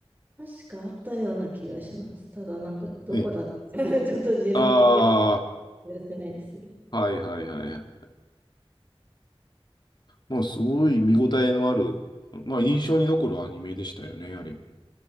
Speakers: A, on the right; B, on the left.
A: 確かあったような気がします。ただなんかどこだった
B: ええ。
A: <laughs> ちょっと自分の記憶
B: あ
A: が出せないですね。
B: あ、はいはいはいはい。まあ、すごい見応えのある、まあ、印象に残るアニメでしたよね、あれも。